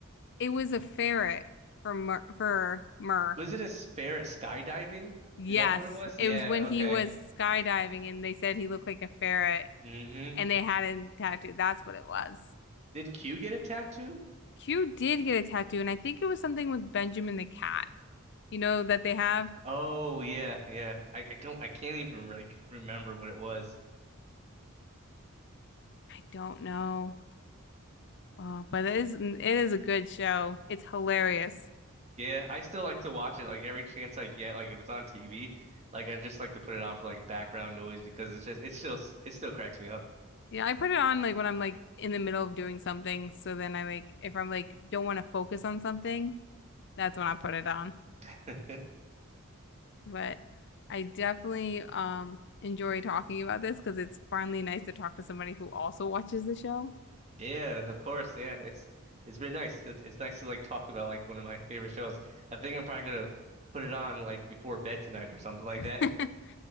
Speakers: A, on the left (about 55°); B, on the right (about 30°).
A: it was a ferret for Mur for Mur.
B: Was it a spare at skydiving?
A: Yes,
B: Is that what it was?
A: it
B: Yeah,
A: was when he
B: okay.
A: was skydiving and they said he looked like a ferret
B: hmm
A: and they had him tattooed. That's what it was.
B: Did Q get a tattoo?
A: Q did get a tattoo, and I think it was something with Benjamin the Cat. You know that they have?
B: Oh yeah, yeah. I, I don't I can't even like remember what it was.
A: I don't know. Uh, but it is it is a good show. It's hilarious.
B: Yeah, I still like to watch it like every chance I get. Like if it's on TV, like I just like to put it on for like background noise because it's just it's still it still cracks me up.
A: Yeah, I put it on like when I'm like in the middle of doing something. So then I like if I'm like don't want to focus on something, that's when I put it on.
B: <laughs>
A: But I definitely um enjoy talking about this because it's finally nice to talk to somebody who also watches the show.
B: Yeah, of course. Yeah, it's it's been nice. It's it's nice to like talk about like one of my favorite shows. I think I'm probably gonna put it on like before bed tonight or something like
A: <laughs>
B: that. <laughs>